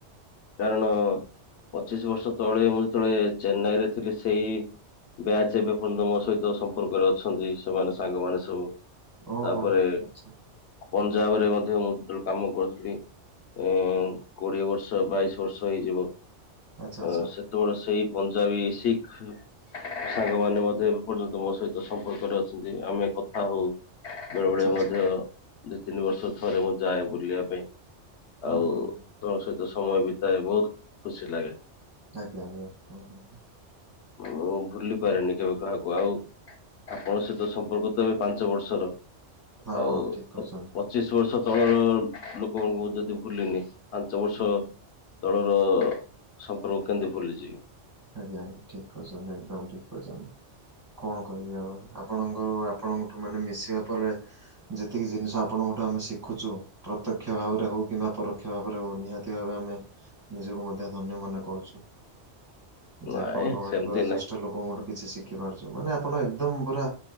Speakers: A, on the left; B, on the right.
A: କାରଣ ପଚିଶି ବର୍ଷ ତଳେ ମୁଁ ଯେତେବେଳେ ଚେନ୍ନାଇରେ ଥିଲି ସେଇ ବ୍ୟାଚ୍ ଏବେ ପନ୍ତ ମୋ ସହିତ ସମ୍ପର୍କରେ ଅଛନ୍ତି ସେମାନେ ସାଙ୍ଗମାନେ ସବୁ।
B: ଓହୋ
A: ତାପରେ
B: ହୋ ଆଚ୍ଛା
A: ପଞ୍ଜାବରେ ମଧ୍ୟ ମୁଁ କାମ କରୁଥିଲି ଏଁ କୋଡ଼ିଏ ବର୍ଷ ବାଇଶି ବର୍ଷ ହେଇଯିବ
B: ଆଚ୍ଛା ଆଚ୍ଛା
A: ଆ ସେତେବେଳେ ସେଇ ପଞ୍ଜାବୀ ଶିଖ୍ ସାଙ୍ଗମାନେ ମଧ୍ୟ ଏବେ ପର୍ଯ୍ୟନ୍ତ ମୋ ସହିତ ସମ୍ପର୍କରେ ଅଛନ୍ତି ଆମେ କଥା ହଉ। ବେଳେ
B: ଆଚ୍ଛା
A: ବେଳେ
B: ଆଚ୍ଛା
A: ମଧ୍ୟ ଦିଇ ତିନି ବର୍ଷ ଥରେ ମୁଁ ଯାଏ ବୁଲିବା ପାଇଁ।
B: ହୁଁ
A: ଆଉ
B: ହୁଁ ହୁଁ
A: ତମ ସହିତ ସମୟ ବିତାଏ ବହୁତ୍ ଖୁସି ଲାଗେ।
B: ଆଜ୍ଞା ଆଜ୍ଞା ହଁ ହଁ ହଁ।
A: ମୁଁ ଭୁଲି ପାରେନି
B: ଠିକ୍ ଠିକ୍
A: କେବେ କାହା କୁ ଆଉ ଆପଣଙ୍କ ସହିତ ସମ୍ପର୍କ ତ ଏବେ ପାଞ୍ଚ ବର୍ଷର।
B: ହଁ
A: ଆଉ
B: ଠିକ୍ କହିଛନ୍ତି
A: ଅତ୍ ପତ୍ ଚିଶି ବର୍ଷ ତଳର ଲୋକମାନଙ୍କୁ ମୁ ଯଦି ଭୁଲିନି ପାଞ୍ଚ ବର୍ଷ
B: ହୁଁ ହୁଁ
A: ତଳର ସମ୍ପର୍କ କେମିତି ଭୁଲିଯିବି?
B: ଆଜ୍ଞା ଆଜ୍ଞା ଠିକ୍ କହିଛନ୍ତି ଏକଦମ୍ ଠିକ୍ କରିଛନ୍ତି କଣ କହିବି ଆଉ ଆପଣ ଉଁ ଆପଣଙ୍କଠୁ ମାନେ ମିଶିବା ପରେ ଯେତିକି ଜିନିଷ ଆପଣଙ୍କଠୁ ଆମେ ଶିଖୁଛୁ ପ୍ରତ୍ୟକ୍ଷ ଭାବରେ
A: ହୁଁ,
B: ହଉ କିମ୍ବା ପରୋକ୍ଷ କ୍ଷ ଭାବରେ ହଉ ନିହାତି ଭାବେ ଆମେ ନିଜକୁ ମଧ୍ୟ ଧନ୍ୟ ମନେ କରୁଛୁ। ଯେ
A: ନାଇଁ
B: ଆପଣଙ୍କ ଭଳି
A: ସେମିତି
B: ବୟୋଜ୍ୟେଷ୍ଠ
A: ନାଇଁ
B: ଲୋକଙ୍କଠୁ କିଛି ଶିଖି ପାରୁଛୁ ମାନେ ଆପଣ ଏକଦମ୍ ପୁରା